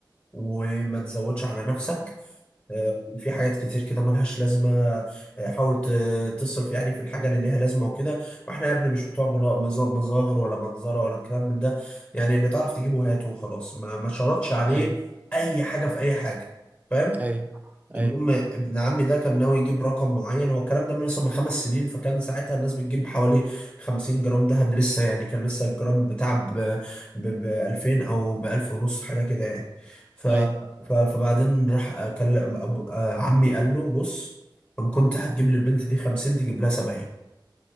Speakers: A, on the left (about 25°); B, on the right (about 20°).
A: وما تزودش على نفسك آه في حاجات كتير كده ملهاش لازمة آه حاول ت- تصرف يعني في الحاجة اللي ليها لازمة وكده واحنا يا ابني مش بتوع منا- مظا- مظاهر ولا منظرة ولا الكلام من ده يعني اللي تعرف تجيبه هاته وخلاص ما ما شرطش عليه
B: امم
A: أي حاجة في أي حاجة فاهم
B: اي
A: المهم
B: اي
A: ابن عمي ده كان ناوي يجيب رقم معين هو الكلام ده من لسه من خمس سنين فكان ساعتها الناس بتجيب حوالي 50 جرام دهب لسه يعني كان لسه الجرام بتاع ب ب 2000 او ب 1000 ونص حاجه كده يعني ف
B: اي
A: ف- فبعدين راح كلم أبو- آه، عمي قال له بص ان كنت هتجيب للبنت دي 50 تجيب لها 70